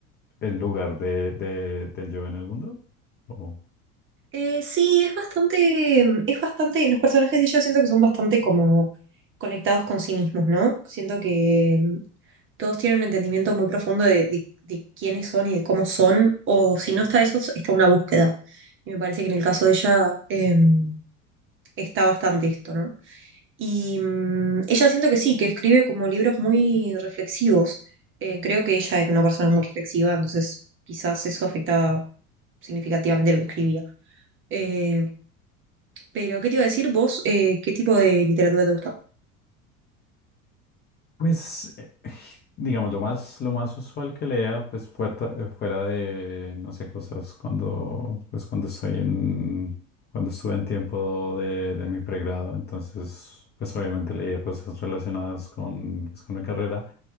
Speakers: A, on the left; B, on the right.
A: el lugar de, de- del yo en el mundo. ¿O?
B: eh, sí, es bastante, es bastante, los personajes de ella siento que son bastante como conectados con sí mismos, ¿no? Siento que todos tienen un entendimiento muy profundo de, de- de quiénes son y de cómo son, o si no está eso, está una búsqueda. Y me parece que en el caso de ella em, está bastante esto, ¿no? Y mm, ella siento que sí, que escribe como libros muy reflexivos. Eh, creo que ella era una persona muy reflexiva, entonces quizás eso afectaba significativamente lo que escribía. Eh, pero, ¿qué te iba a decir vos? eh, ¿qué tipo de literatura te gusta?
A: Pues, eh, <sighs> digamos, lo más, lo más usual que lea, pues fuerta- eh, fuera, de, no sé, cosas cuando, pues cuando estoy en, cuando estuve en tiempo de, de mi pregrado, entonces, pues obviamente leía cosas relacionadas con, pues, con mi carrera,